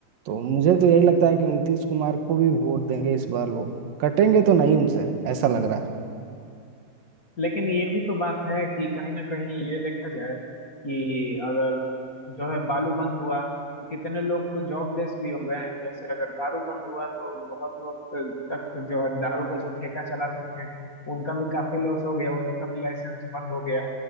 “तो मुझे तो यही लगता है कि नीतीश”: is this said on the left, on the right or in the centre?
Right